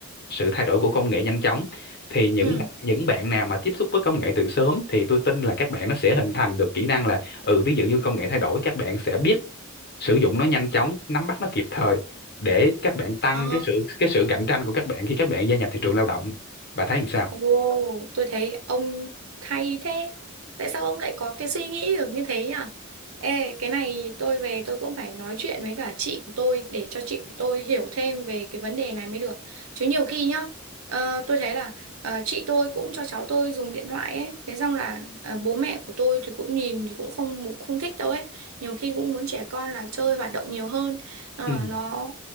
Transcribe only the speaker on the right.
ừ.
Ờ.
Ồ, tôi thấy ông hay thế. Tại sao ông lại có cái suy nghĩ được như thế nhỉ? Ê, cái này tôi về tôi cũng phải nói chuyện với cả chị của tôi để cho chị của tôi hiểu thêm về cái vấn đề này mới được. Chứ nhiều khi nhá, ờ, tôi thấy là ờ, chị tôi cũng cho cháu tôi dùng điện thoại ấy, thế xong là ờ, bố mẹ của tôi thì cũng nhìn thì cũng không không thích đâu ấy. Nhiều khi cũng muốn trẻ con là chơi hoạt động nhiều hơn, Ờ,
nó